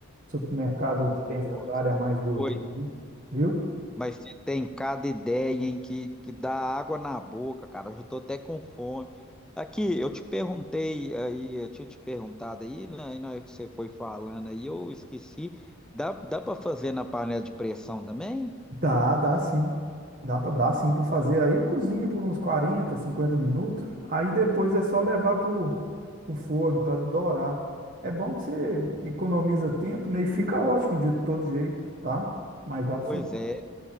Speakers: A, on the right; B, in the centre.
A: supermercados que tem
B: Nossa.
A: essas áreas mais gourmet,
B: Oi.
A: viu?
B: Mas você tem cada ideia em que, que dá água na boca, cara. Eu já tô até com fome. Aqui, eu te perguntei aí, eu tinha te perguntado aí, né, e na hora que você foi falando aí, eu esqueci. Dá, dá para fazer na panela de pressão também?
A: Dá, dá sim. Dá, pra- dá sim para fazer. Aí cozinha por uns 40 50 minutos. Aí depois é só levar pro, pro forno para dourar. É bom que você economiza tempo, né? E fica ótimo de todo jeito, tá? Mas dá para
B: Pois
A: fazer.
B: é,